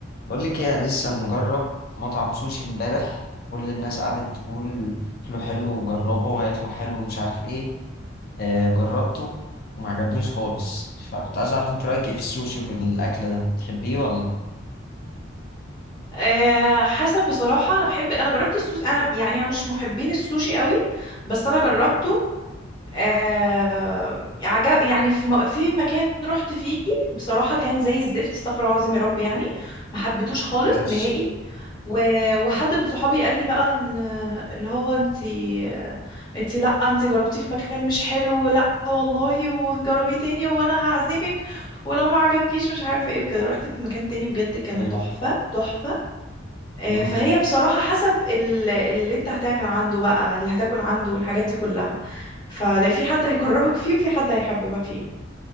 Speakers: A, on the left; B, on the left.
A: بقول لك ايه انا لسه مجرب مطعم سوشي امبارح كل الناس قعدت تقول اكله حلو وجربه وهيطلع حلو ومش عارف ايه آه جربته وما عجبنيش خالص فكنت عايز اعرف انت رايك ايه في السوشي وفي الاكل ده تحبيه ولا
B: أه حسب بصراحة أنا بحب أنا جربت السوشي أنا يعني أنا مش محبين السوشي قوي بس أنا جربته
A: مم.
B: أه عجب يعني في, م... في مكان رحت فيه بصراحة كان زي الزفت استغفر الله العظيم يا رب يعني ما حبيتوش خالص
A: ماشي
B: نهائي و... وحد من صحابي قال لي بقى إن- اللي هو انتي انتي لا انتي جربتيه في مكان مش حلو لا والله ونجربيه تاني وانا هعزمك ولو ما عجبكيش مش عارفه ايه وكده رحت في مكان تاني بجد كان
A: حلو
B: تحفه تحفه آه،
A: امم
B: فهي بصراحة حسب ال- اللي انت هتعمل عنده بقى اللي هتاكل عنده والحاجات دي كلها فلا في حد هيكرهك فيه وفي حد هيحببك فيه